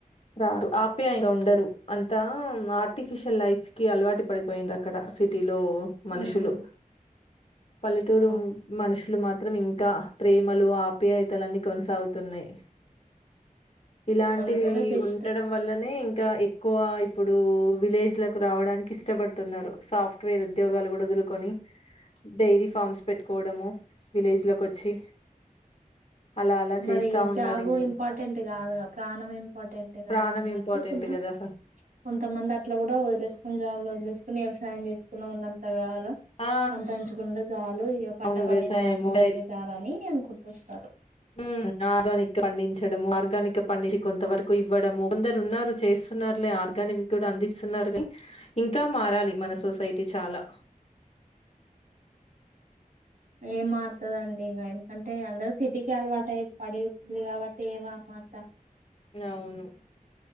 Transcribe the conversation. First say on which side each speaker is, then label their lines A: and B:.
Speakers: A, on the left (about 45°); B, on the right (about 65°).
A: రారు ఆప్యాయంగా ఉండరు అంతా ఆర్టిఫిషియల్ లైఫ్ కి అలవాటు పడిపోయింది అక్కడ సిటీ లో మనుషులు
B: ఉమ్
A: పల్లెటూరు
B: అవును
A: మనుషులు ఇట్లు మాత్రం ఇంకా ప్రేమలు, ఆప్యాయతలన్నీ కొనసాగుతున్నాయి. ఇలాంటివి
B: పల్లెటూరే బెస్
A: ఉండడం వల్లనే ఇంకా ఎక్కువ ఇప్పుడు విలేజ్లకు రావడానికి ఇష్టపడుతున్నారు సాఫ్ట్వేర్ ఉద్యోగాలు కూడా వదులుకొని డైరీ ఫార్మ్స్ పెట్టుకోవడము విలేజ్ లోకి వచ్చి అలా అలా చేస్తా
B: మరి
A: ఉన్నారు
B: జాబు
A: ఇంకా
B: ఇంపార్టెంట్ కాదు ప్రాణం ఇంపార్టెంట్ టెగా
A: ప్రాణం
B: అన్నట్టు
A: ఇంపార్టెంట్
B: కొంత
A: కదా
B: కొంతమంది అట్లా కూడా వదిలేసుకొని జాబ్ వదిలేసుకుని వ్యవసాయం చేసుకుని ఉన్నంతగా
A: ఆ
B: సంపాదించుకుడా చాలు ఇగ పంట
A: అవును
B: పండిన
A: వ్యవసాయము
B: వారికి మనకే చాలు అని అనుకుంటూ వస్తారు
A: ఉ ఆర్గానిక్ పండించడము ఆర్గానిక్ పండించి కొంత వరకు ఇవ్వడము కొందరు ఉన్నారు చేస్తున్నారులే ఆర్గానిక్ కూడా అందిస్తున్నారు అని ఇంకా మారాలి మన సొసైటీ చాలా
B: ఏం మారుతదండి ఇంక ఎందుకంటే అందరు సిటీకే అలవాటు అయి పడి పల్లి కాబట్టి మమంత
A: అవును